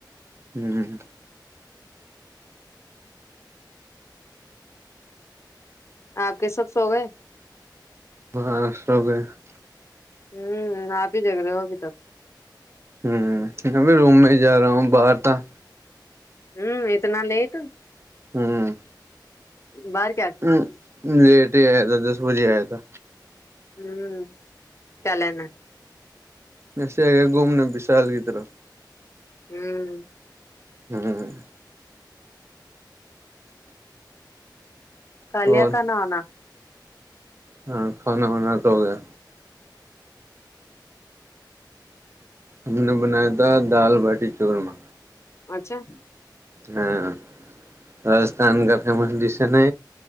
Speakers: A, on the right (about 35°); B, on the left (about 35°).
A: ہوں
B: آپ کے سب سو گئے
A: ہاں سب <unintelligible>
B: ہوں آپ ہی دیکھ رہے ہو ابھی تک
A: ہوں ابھی روم میں ہی جا رہا ہوں باہر تھا
B: ہوں اتنا لیٹ <unintelligible>
A: ہوں
B: بار
A: ہ لیٹ ہی آیا تھا دس بجے آیا تھا
B: ہوں چلینا
A: ایسے آ گ گھومنے وشال کی طرح
B: ہوں
A: ہوں <unintelligible>
B: کالیا
A: اور
B: کاان آنا
A: ہاں کھانا وانا تو ہو گیا ہم نے بنایا تھا دال باٹی چورما
B: اچھا
A: ہاں راجستھان کا فیمس ڈش ہے نا